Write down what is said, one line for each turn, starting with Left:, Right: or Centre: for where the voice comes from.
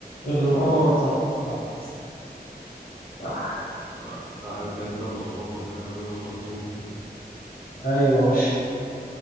Left: الرباط صح صح صح صح
Right: طيب عارف انت اللخبطة بينها وبين الخرطوم
Left: ايوه <laughs>